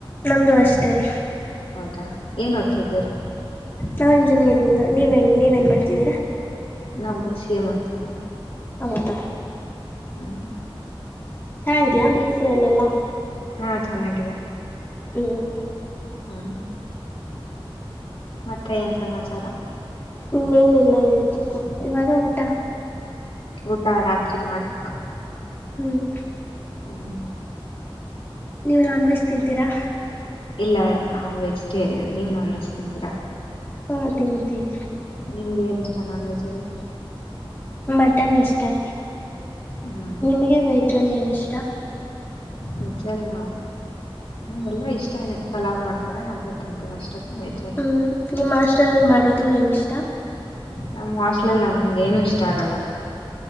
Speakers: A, on the left; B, on the left.
A: ನಮ್ದ ಅಷ್ಟ ರೀ
B: ಹೌದಾ ಏನ್ ಹತ್ದೀರಾ
A: ನಾ ಇಂಜಿನಿಯರಿಂಗ್ ನೀವೇನ್ ನೀವೇನ್ ಮಾಡ್ತಿದ್ದೀರಾ
B: ನಾವು ಬಿ ಸಿ ಎ ಮಾಡ್ತೀವಿ
A: ಹೌದ
B: ಹ್ಮ್
A: ಚೆನ್ನಾಗಿದಯಾ ಬೀಸ ಎಲ್ಲೆಲ್ಲಾ
B: ಹಾ ಚೆನ್ನಾಗಿದೆ
A: ಹ್ಮ್
B: ಹ್ಮ ಮತ್ತೆ ಏನ್ ಸಮಾಚಾರ
A: ಇನ್ನೇನಿಲ್ಲ ಹೇಳ್ಬೇಕು ಇವಾಗ ಊಟ
B: ಊಟ ರಾತ್ರಿ ಮಾಡ್ಬೇಕು
A: ಹ್ಮ್
B: ಹೂ
A: ನೀವು ನಾನ್ ವೆಜ್ ತಿಂತೀರಾ
B: ಇಲ್ಲ ನಾವು ವೆಜಿಟೇರಿಯನ್ ನೀವು ನಾನ್ ವೆಜ ಓತೀರಾ
A: ಹಾಂ ತಿಂತೀವಿ
B: ನಿಮ್ಗೆ ಏನ ಇಷ್ಟ ನಾನ್ ವೆಜ್ ಅಲ್ಲಿ
A: ಮತನ್ ಇಷ್ಟ ರೀ
B: ಹ್ಮ್
A: ನಿಮ್ಗೆ ವೈಜಲ್ಲಿ ಏನ ಇಷ್ಟ
B: ಹ ಚಲ್ಲ ನ ಹ ಎಲ್ಲಾ ಇಷ್ಟಾನೇ ಪಲಾವ್ ಮಾಡ್ತಾರೆ ಆದ್ರೂ ತಿಂತೀವಿ ಅಷ್ಟ ಹೆ
A: ಹ್ಮ್ ನಿಮ್ಮ ಆಸ್ಟರ್ಲ್ಲಿ ಮಾಡೋದು ಹೆಂಗಿಷ್ಟ
B: ನಮ್ಮ್ ವಾಸ್ಲಲ್ಲಿ ನಮ್ಗ ಏನು ಇಷ್ಟ ಆಗಲ್ಲ